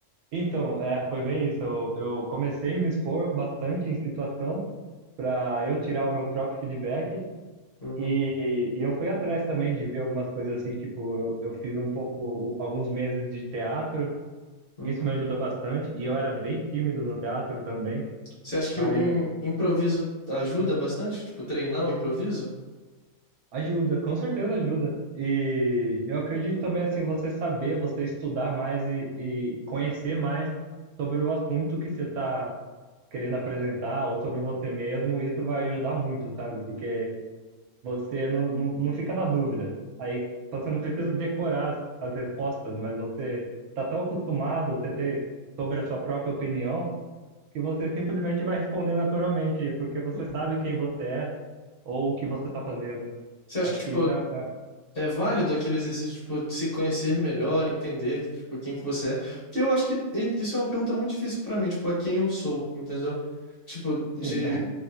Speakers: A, on the right; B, on the left.
A: Então, é, foi bem isso. Eu, eu comecei a me expor bastante em situação para eu tirar o meu próprio feedback.
B: Uhum,
A: E, e eu fui atrás também de ver algumas coisas assim, tipo, eu, eu fiz um pouco, alguns meses de teatro.
B: uhum.
A: Isso me ajudou bastante. E eu era bem tímido no teatro também.
B: Você acha que
A: Mas
B: o im- improviso ajuda bastante? Tipo, treinar o improviso?
A: Ajuda, com certeza ajuda. E eu acredito também, assim, você saber, você estudar mais e, e conhecer mais sobre o assunto que você está querendo apresentar ou sobre você mesmo, isso vai ajudar muito, sabe? Porque você não, não, não fica na dúvida. Aí então, você não precisa decorar as, as respostas, mas você está tão acostumado, você ter sobre a sua própria opinião, que você simplesmente vai responder naturalmente, porque você
B: Uhum.
A: sabe quem você é ou o que você está fazendo.
B: Você acha
A: Acho
B: que tipo
A: que isso é, é-
B: É válido aquele exercício, tipo, de tipo, se conhecer melhor, entender, tipo, quem que você é. Porque eu acho que e- isso é uma pergunta muito difícil pra mim, tipo, a quem eu sou, entendeu? Tipo,
A: sim,
B: de...